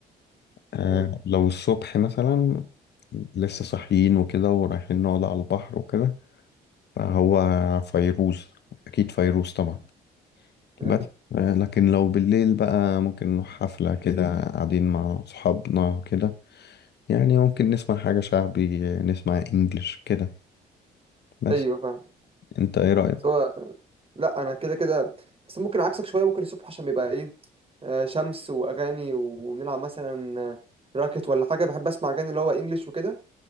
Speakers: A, on the left (about 60°); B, on the right (about 30°).
A: آه
B: مم.
A: لو الصبح مثلا لسه صاحيين وكده ورايحين نقعد على البحر وكده فهو فيروز أكيد فيروز طبعا
B: مم.
A: بس آه لكن لو بالليل بقى ممكن نروح حفلة كده قاعدين مع صحابنا كده يعني ممكن نسمع حاجة شعبي نسمع انجلش كده بس
B: ايوه فاهم
A: انت ايه رأيك
B: بس هو لا انا كده كده بس ممكن عكسك شوية ممكن الصبح عشان بيبقى ايه آه، شمس واغاني ونلعب مثلا آه، راكت ولا حاجة بحب اسمع اغاني اللي هو انجليش وكده